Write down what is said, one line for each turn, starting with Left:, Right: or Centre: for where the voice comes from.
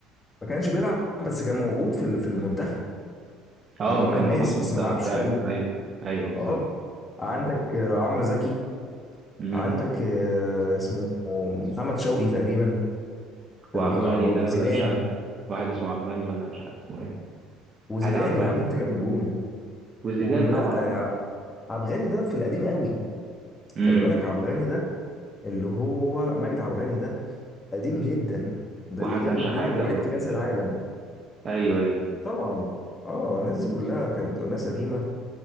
Left: ما كانش بيلعب بس كان موجود في ال- في المنتخب
Right: اه
Left: من ضمن
Right: كان
Left: الناس
Right: موجود في
Left: بس
Right: المنتخب
Left: ما لعبش
Right: فعلا
Left: تقريبا
Right: ايوه ايوه بالظبط
Left: اه عندك آه، عمرو زكي
Right: امم
Left: عندك آه، اسمه محمد شوقي تقريبا كان
Right: وعبغاني
Left: بيلعب برضه
Right: ده
Left: زيدان
Right: ولا مش عارف واحد اسمه عبغاني ولا مش عارف اسمه ايه
Left: وزيدان
Right: حاجة عبغاني
Left: يا عم انت
Right: ده.
Left: جاب الجون
Right: وزيدان
Left: ولا
Right: طبعا اه
Left: آه، عبغاني ده في القديم قوي
Right: امم
Left: خلي بالك عبغاني ده اللي هو مجدي عبغاني ده قديم جدا ده
Right: وحسن
Left: اللي جاب الجون
Right: شحاتة
Left: الوحيد
Right: وال...
Left: في كأس العالم
Right: ايوه ايوه
Left: طبعا اه الناس دي كلها كانت ناس قديمة